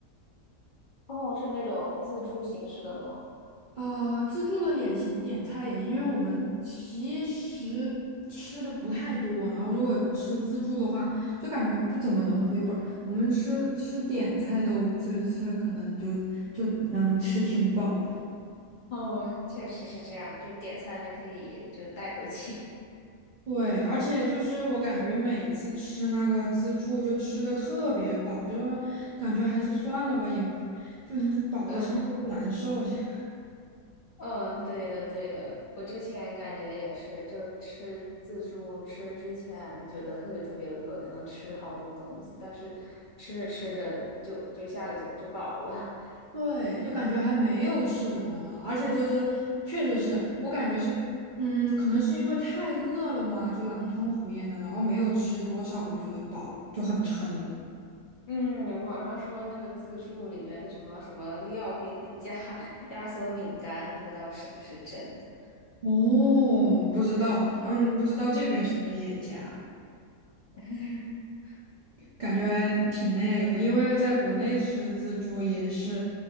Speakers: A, on the left; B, on the right.
A: 哦，是那种自助形式的吗？
B: 呃，自助的也行，点菜也行，因为我们其实吃的不太多，然后如果吃自助的话，就感觉不怎么能回本儿。我们吃吃点菜都就是可能就就能吃挺饱了。
A: 哦，确实是这样，就点餐还可以就带回去。
B: 对，而且就是我感觉每次吃那个自助就吃的特别饱，就感觉还是算了吧，也就是 <laughs> 饱的不难受。
A: <laughs>
B: <laughs>
A: 嗯，对的，对的，我之前感觉也是，就是吃自助吃之前觉得特别特别饿，可能吃好多东西，但是吃着吃着就就一下子就就饱了。<laughs>
B: 对，就感觉还没有吃什么呢，而且就是确实是我感觉是，嗯，可能是因为太饿了嘛，就狼吞虎咽的，然后没有吃多少，我就觉得饱了，就很撑了。
A: 嗯，网上说那个自助里边的什么什么料会会加 <laughs> 压缩饼干，不知道是不是真的。
B: 哦，不知道，嗯，不知道这边是不是也加。
A: <laughs>
B: 感觉还挺那个的，因为在国内吃自助也是，